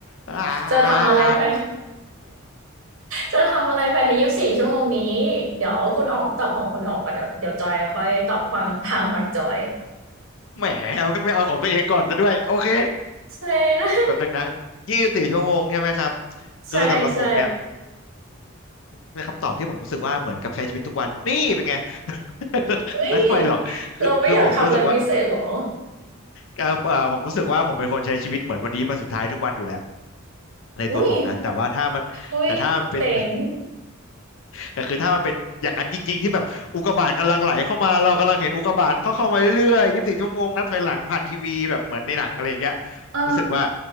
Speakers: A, on the left; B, on the right.
A: อ่า
B: จะทำอะไรภายใน จะทำอะไรภายในยี่สิบสี่ชั่วโมงนี้ เดี๋ยวคุณออกตอบของคุณออกก่อนเดี๋ยวเดี๋ยวจอยค่อยตอบฟังทางฝั่งจอย
A: แหมไม่เอาของตัวเองก่อนซะด้วยโอเค
B: ใช่
A: แป๊บนึงนะยี่สิบสี่ชั่วโมงใช่ไหมครับ
B: ใช่ใช่
A: คือสำหรับผมเนี่ยเป็นคำตอบที่ผมรู้สึกว่าเหมือนกับใช้ชีวิตทุกวันนี่เป็นไง <laughs>
B: เฮ้ย
A: ไม่หรอกคือคือผมรู้สึกว่า
B: เราไม่อยากทำอะไรพิเศษหรอ
A: เอ่อเอ่อผมรู้สึกว่าผมเป็นคนใช้ชีวิตเหมือนวันนี้วันสุดท้ายทุกวันอยู่แล้วในตัวผมนะแต่ว่าถ้ามันแต่ถ้ามันเป็น
B: อุ้ยอุ้ยเจ๋ง
A: แต่คือถ้ามันเป็นอย่างนั้นจริงๆที่แบบอุกกาบาตกำลังไหลเข้ามาเรากำลังเห็นอุกกาบาตเขาเข้ามาเรื่อยๆยี่สิบสี่ชั่วโมงนับถอยหลังผ่านทีวีแบบเหมือนในหนังอะไรอย่างเงี้ย
B: อ่า
A: รู้สึกว่า